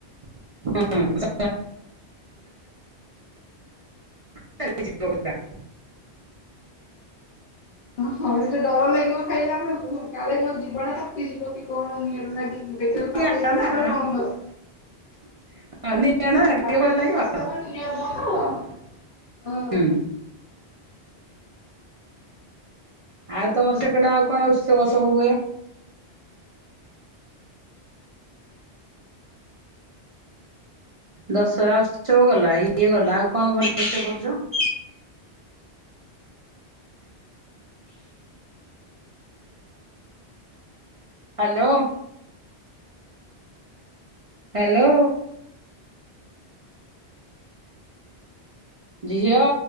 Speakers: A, on the right; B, on the left.
A: <unintelligible> <unintelligible>
B: ହଁ ହଁ ଏତେ ଡର ଲାଗିବ ଖାଇଲା ବେଳକୁ କାଳେ ମୋ ଜିଭ ଟା ତାତି ଯିବ କି କଣ ନିଆଁ ଟା ଲାଗିକି, ଦେଖିଲା ବେଳକୁ
A: ନିଆଁଟା
B: ପାଟି ରେ ପଡ଼ିଲା
A: ନା
B: ବେଳକୁ ବନ୍ଦ।
A: <unintelligible>
B: ପାଟିରେ ପକେଇ ସାରିଲା ପରେ ନିଆଁ ବନ୍ଦ। ହଁ।
A: ହୁଁ। ଆଉ ତମର ସେକଟ ଆଉ କଣ ଉତ୍ସବ ସବୁ ହୁଏ? ଦଶହରା ଉତ୍ସବ ଗଲା, ଇଏ ଗଲା ଆଉ କଣ ଭଲ ଉତ୍ସବ କରୁଚ? ହାଲୋ। ହ୍ୟାଲୋ। ଝିଅ।